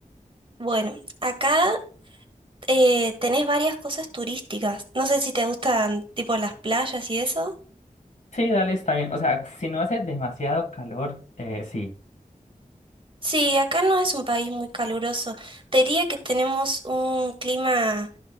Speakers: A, on the right (about 40°); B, on the left (about 60°).
A: Bueno, acá eh, tenés varias cosas turísticas. No sé si te gustan tipo las playas y eso.
B: Sí, dale, está bien. O sea, si no hace demasiado calor, eh, sí.
A: Sí, acá no es un país muy caluroso. Te diría que tenemos un clima